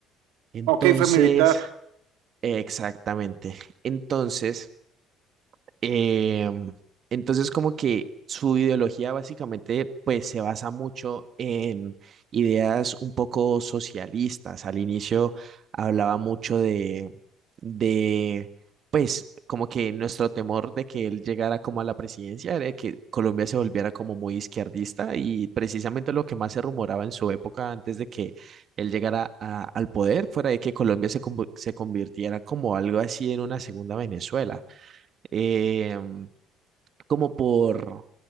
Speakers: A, on the right; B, on the right.
A: Entonces,
B: Ok, fue militar,
A: exactamente. Entonces, Em, entonces, como que su ideología básicamente, pues se basa mucho en ideas un poco socialistas. Al inicio hablaba mucho de, de, pues, como que nuestro temor de que él llegara como a la presidencia era de que Colombia se volviera como muy izquierdista y precisamente lo que más se rumoraba en su época antes de que él llegara a- al poder fuera de que Colombia se, conv- se convirtiera como algo así en una segunda Venezuela eh, como por,